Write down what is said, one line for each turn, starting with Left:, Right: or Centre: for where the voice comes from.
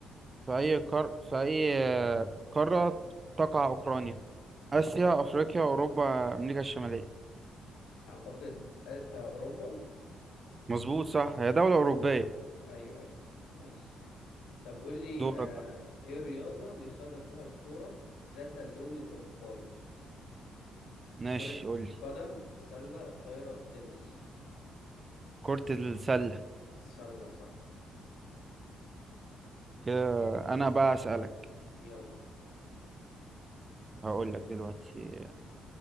Right: في أي قار في أي آه، قارة تقع أوكرانيا آسيا أفريقيا أوروبا أمريكا الشمالية
Left: أعتقد آه آه، أوروبا
Right: مظبوط صح هي دولة أوروبية
Left: أيوه أيوه نايس طب قول لي
Right: دورك
Left: آه،
Right: بقى.
Left: ايه الرياضة اللي يستخدم فيها الكورة ذات اللون البرتقالي؟
Right: ماشي
Left: كرة
Right: قولي
Left: قدم، سلة، طايرة، تنس.
Right: كرة السلة
Left: سلة صح،
Right: كده أنا بقى أسألك
Left: يلا.
Right: هقولك دلوقتي